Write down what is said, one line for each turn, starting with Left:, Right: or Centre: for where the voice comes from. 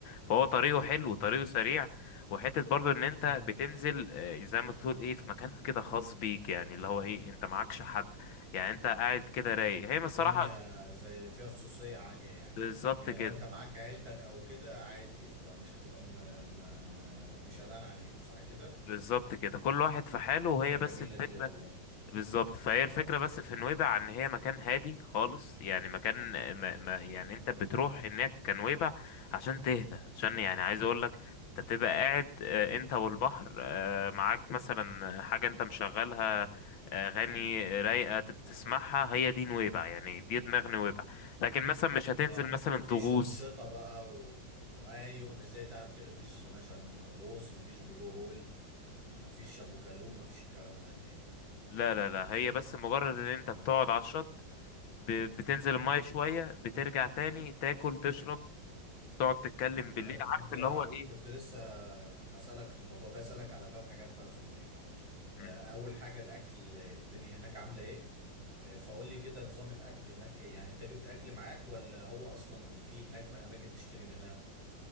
Left: فهو طريقه حلو وطريقه سريع وحته برضو ان انت
Right: مم.
Left: بتنزل آه، زي ما تقول ايه في مكان كده خاص بيك يعني اللي هو ايه انت معكش حد يعني انت قاعد كده رايق هي
Right: الدنيا
Left: من الصراحه
Right: زي فيها خصوصية عالية يعني
Left: بالظبط
Right: يعني
Left: كده
Right: لو انت معاك عيلتك او كده عادي يبقى مش هتبقى م... م... مش قلقان عليهم صح كده
Left: بالظبط كده كل واحد في حاله وهي
Right: ده
Left: بس
Right: جميلة
Left: الفكره
Right: دي والله
Left: بالظبط فهي
Right: اه
Left: الفكرة بس في نويبع ان هي مكان هادي خالص يعني مكان ما ما يعني انت بتروح هناك كنويبع عشان تهدى عشان يعني عايز اقولك انت بتبقى قاعد آه، انت والبحر آه، معاك مثلا حاجة انت مشغلها آه، اغاني رايقة تب- بتسمعها هي دي نويبع يعني دي دماغ نويبع لكن مثلا مش هتنزل
Right: اه
Left: مثلا
Right: مفيش
Left: تغوص
Right: انشطه بقى و... وايوه مش زي دهب كده مفيش مثلا غوص مفيش بلو هول مفيش ابو جالوم مفيش الكلام ده هناك
Left: لا لا لا هي بس مجرد ان انت
Right: اه
Left: بتقعد على الشط ب- بتنزل المية شوية بترجع تاني تاكل تشرب تقعد تتكلم بالليل
Right: انا
Left: عارف
Right: انت
Left: اللي هو ايه
Right: كنت لسه هسالك في الموضوع ده اسالك على ثلاث حاجات بقى في نويبع آه،
Left: مم.
Right: اول حاجه الاكل الدنيا هناك عامله ايه آه، فقول لي كده نظام الاكل هناك ايه يعني انت جبت اكل معاك ولا هو اصلا في هناك اماكن تشتري منها